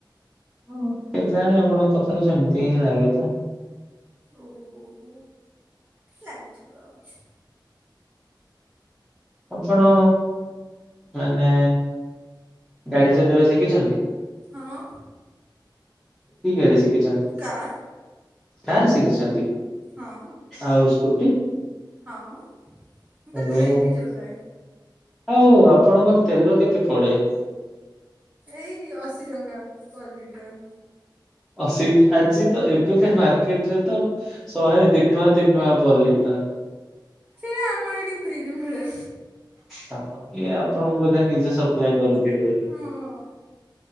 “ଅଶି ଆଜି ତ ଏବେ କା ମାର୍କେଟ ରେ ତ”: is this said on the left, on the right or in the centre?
Centre